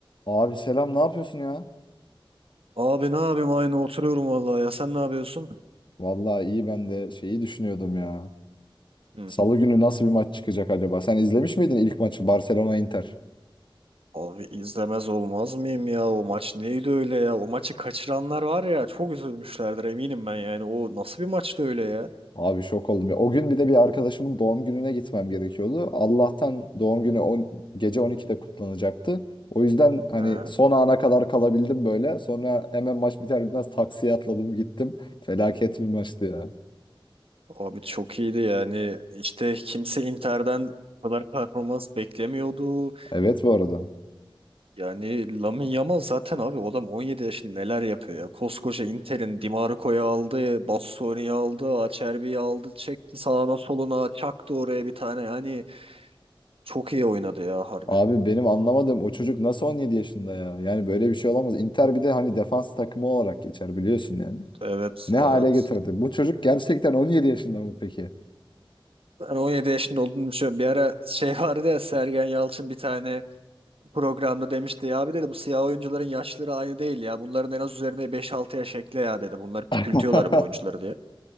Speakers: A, on the left; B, on the right.
A: Abi selam ne yapıyorsun ya?
B: Abi ne yapayım aynı oturuyorum vallahi ya sen ne yapıyorsun?
A: Vallahi iyi ben de şeyi düşünüyordum ya.
B: Hı.
A: Salı günü nasıl bir maç çıkacak acaba? Sen izlemiş miydin ilk maçı Barcelona Inter?
B: Abi izlemez olmaz mıyım ya o maç neydi öyle ya o maçı kaçıranlar var ya çok üzülmüşlerdir eminim ben yani o nasıl bir maçtı öyle ya?
A: Abi şok oldum ya. O gün bir de bir arkadaşımın doğum gününe gitmem gerekiyordu. Allah'tan doğum günü on, gece 12'de kutlanacaktı. O yüzden hani
B: Ha.
A: son ana kadar kalabildim böyle. Sonra hemen maç biter bitmez taksiye atladım gittim. Felaket bir maçtı ya.
B: Abi çok iyiydi yani işte kimse Inter'den bu kadar performans beklemiyordu.
A: Evet bu arada.
B: Yani Lamine Yamal zaten abi o adam 17 yaşında neler yapıyor ya. Koskoca Inter'in Di Marco'yu aldı, Bastoni'yi aldı, Acerbi'yi aldı, çekti sağına soluna, çaktı oraya bir tane yani Çok iyi oynadı ya harbi.
A: Abi benim anlamadığım o çocuk nasıl 17 yaşında ya? Yani böyle bir şey olamaz. Inter bir de hani defans takımı olarak geçer biliyorsun yani.
B: Evet,
A: Ne hale
B: evet.
A: getirdi? Bu çocuk gerçekten on yedi yaşında mı peki?
B: Ben 17 yaşında olduğunu düşünüyorum. Bir ara şey <laughs> vardı ya Sergen Yalçın bir tane programda demişti ya abi dedi bu siyah oyuncuların yaşları aynı değil ya. Bunların en az üzerine 5-6 yaş ekle ya dedi. Bunlar küçültüyorlar
A: <laughs>
B: bu oyuncuları diye.